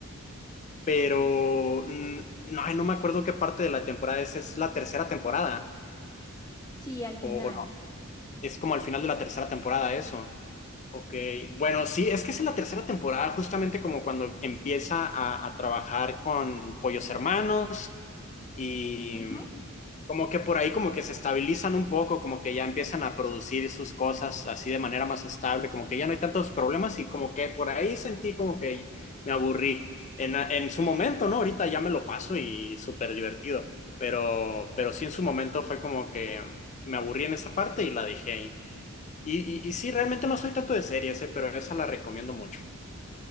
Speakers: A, on the left; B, on the left.
A: pero mm, no, ay, no me acuerdo qué parte de la temporada es, es la tercera temporada,
B: Sí, al
A: o,
B: final.
A: o no, es como al final de la tercera temporada eso. Ok, bueno, sí, es que es en la tercera temporada, justamente como cuando empieza a, a trabajar con Pollos Hermanos. Y,
B: Ujú,
A: Como que por ahí como que se estabilizan un poco, como que ya empiezan a producir sus cosas así de manera más estable, como que ya no hay tantos problemas y como que por ahí sentí como que me aburrí en, en su momento, ¿no? Ahorita ya me lo paso y súper divertido, pero, pero sí en su momento fue como que me aburrí en esa parte y la dejé ahí. Y, y, y sí, realmente no soy tanto de series, ¿eh? pero esa la recomiendo mucho.